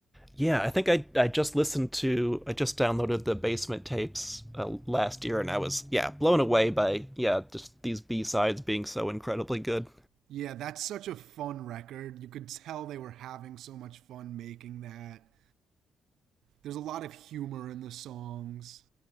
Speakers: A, in the centre; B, on the right.
A: Yeah, I think I I just listened to I just downloaded the Basement tapes uh, last year, and I was yeah blown away by yeah just these B sides being so incredibly good.
B: Yeah, that's such a fun record. You could tell they were having so much fun making that. There's a lot of humor in the songs.